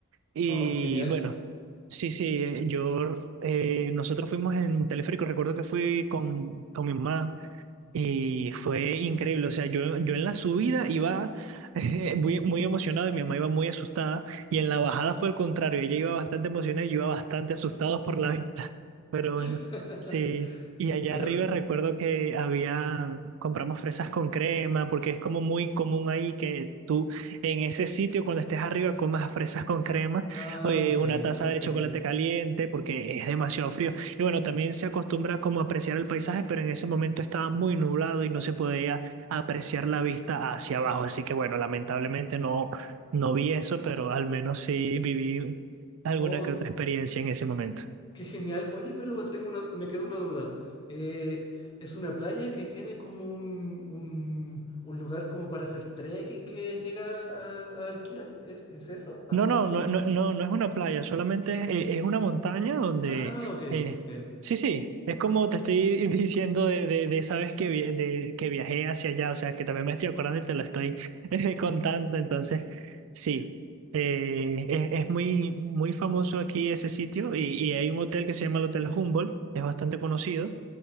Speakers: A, on the right; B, on the left.
A: Y
B: Oh, qué genial.
A: bueno, sí, sí, eh, yo, eh, nosotros fuimos en teleférico. Recuerdo que fui con, con mi mamá y fue increíble, o sea, yo, yo en la subida iba <laughs> muy, muy emocionado y mi mamá iba muy asustada y en la bajada fue al contrario, ella iba bastante emocionada y yo iba bastante asustado por la <laughs> vista, pero
B: <laughs>
A: bueno, sí. Y allá
B: Pero,
A: arriba recuerdo que había, compramos fresas con crema, porque es como muy común ahí que tú en ese sitio cuando estés arriba comas fresas con crema,
B: ah,
A: eh,
B: ok,
A: una taza
B: ok.
A: de chocolate caliente, porque es demasiado frío. Y bueno, también se acostumbra como a apreciar el paisaje, pero en ese momento estaba muy nublado y no se podía apreciar la vista hacia abajo. Así que bueno, lamentablemente no, no vi eso, pero al menos sí viví alguna
B: Oh,
A: que otra experiencia en ese momento.
B: qué genial. Oye, pero tengo una, me quedó una duda. Eh, es una playa que tiene como un, un, un lugar como para hacer trekking que llega a, a altura. ¿Es, es eso? ¿Así?
A: No, no, no, no, no, no es una playa, solamente es, eh, es una montaña donde...
B: Ah, ok,
A: eh,
B: ok.
A: sí, sí, es como te estoy <laughs> diciendo de, de, de esa vez que, vi- de, que viajé hacia allá, o sea, que también me estoy acordando y te lo estoy <laughs> eh, contando, entonces, sí, eh, es, es muy, muy famoso aquí ese sitio y, y hay un hotel que se llama el Hotel Humboldt, es bastante conocido